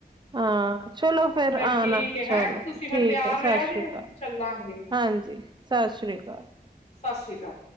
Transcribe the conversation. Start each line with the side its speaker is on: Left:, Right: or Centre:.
Right: ਹਾਂ, ਚਲੋ। ਫਿਰ
Left: ਫੇਰ
Right: ਆਣਾ,
Left: ਠੀਕ ਹੈ
Right: ਚਲੋ
Left: ਹੈਂ ਤੁਸੀਂ
Right: ਠੀਕ
Left: ਫੇਰ ਤਿਆਰ
Right: ਹੈ ਸਤਿ
Left: ਰਿਹਾ
Right: ਸ਼੍ਰੀ
Left: ਜੇ
Right: ਅਕਾਲ,
Left: ਚੱਲਾਂਗੇ
Right: ਹਾਂਜੀ ਸਤਿ ਸ੍ਰੀ ਅਕਾਲ।
Left: ਸੱਸ ਸ਼੍ਰੀ ਕਾਲ